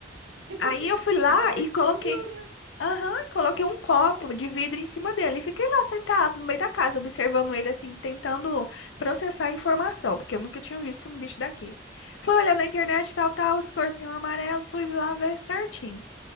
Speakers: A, on the right (about 80°); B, on the left (about 75°).
A: <laughs>
B: Aí eu fui lá
A: Ainda bem
B: e
A: que
B: coloquei,
A: tu viu, né?
B: aham, e coloquei um copo de vidro em cima dele. E fiquei lá sentado no meio da casa, observando ele assim, tentando processar a informação, porque eu nunca tinha visto um bicho daqui. Fui olhar na internet, tal, tal, escorpião amarelo, fui lá ver certinho.